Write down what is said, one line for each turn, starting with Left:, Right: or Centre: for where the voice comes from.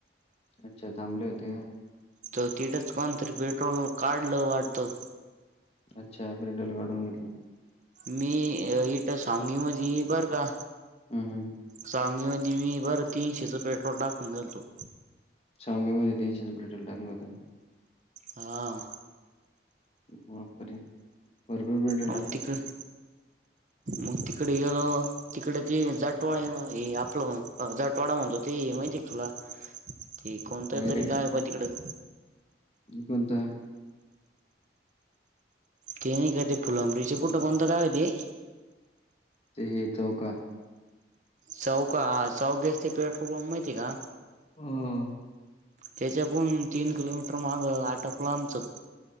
Left: अच्छा थांबले होते का.
Right: त तिटच कोण तरी पेट्रोल काढलं वाटतं
Left: अच्छा पेट्रोल काढून घेतली.
Right: मी इट सॉगी मधी बर का
Left: हम्म हम्म.
Right: सांगी मध्ये मी बर तीनशेच पेट्रोल टाकून गेलतो
Left: सांगली मध्ये तीनशेच पेट्रोल टाकलं होत.
Right: हा.
Left: बापरे भरपूर पे
Right: आउन तिकडं मग तिकडे गेलो तिकडे ते जाटवाड हे आपलं जाटवाडा म्हणतो ते माहिती ये का तुला? ते कोणतरी
Left: काय रे?
Right: गाव ये पहा तिकडं.
Left: कोणता?
Right: ते नाही का ते फुलंब्रीच कुठं कोणत गावे ते.
Left: ते हे चौका.
Right: चौका हा चौकेस ते पेट्रोल पंप माहिती आहे का.
Left: हम्म.
Right: त्याच्या पण तीन किलोमीटर माग आटपलं आमचं.